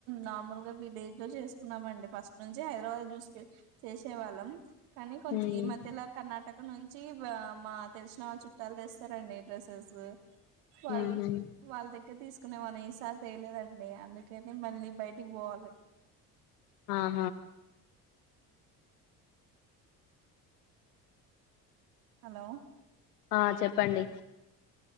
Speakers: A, on the right; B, on the left.
A: నార్మల్గా విలేజ్ లో చేసుకున్నామండి ఫస్ట్ నుంచి హైదరాబాద్ లో చూసుక చేసే వాళ్ళం కానీ కొంత
B: ఉమ్
A: ఈ మధ్యలో కర్ణాటక నుంచి మా తెలిసిన వాళ్ళ చుట్టాలు తెస్తారండి డ్రెసెస్ వాళ్ళు
B: ఉహు
A: వాళ్ళ దగ్గర తీసుకునే వాళ్ళసారి తేలేదండి అందుకని మళ్ళీ బయటికి పోవాలి.
B: ఆ
A: హలో
B: ఆ చెప్పండి